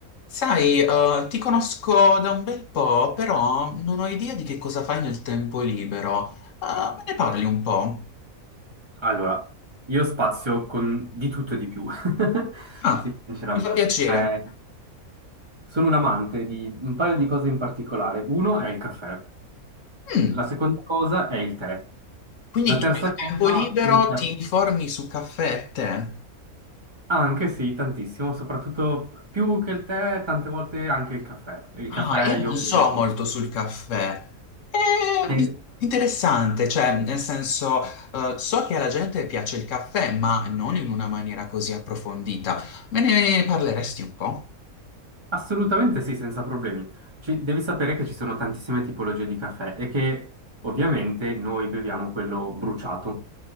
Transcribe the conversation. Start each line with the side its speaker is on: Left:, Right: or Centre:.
Left: Sai, eh, ti conosco da un bel po', però non ho idea di che cosa fai nel tempo libero. Eh, me ne parli un po'?
Right: Allora, io spazio con di tutto e di più, <laughs>
Left: Ah,
Right: sinceramente.
Left: mi fa piacere.
Right: Eh, sono un amante di un paio di cose in particolare. Uno è il caffè,
Left: Mm,
Right: la seconda cosa è il tè.
Left: quindi
Right: La terza
Left: tu nel
Right: cosa,
Left: tempo libero
Right: il tè.
Left: ti informi su caffè e tè?
Right: anche sì, tantissimo, soprattutto più che il tè, tante volte anche il caffè. Il caffè
Left: Ah, io
Right: io
Left: non so
Right: lo adoro.
Left: molto sul caffè. È
Right: Eh,
Left: interessante, cioè, nel senso, eh, so che alla gente piace il caffè, ma non in una maniera così approfondita. Me ne parleresti un po'?
Right: assolutamente sì, senza problemi. Ci- devi sapere che ci sono tantissime tipologie di caffè e che ovviamente noi beviamo quello bruciato.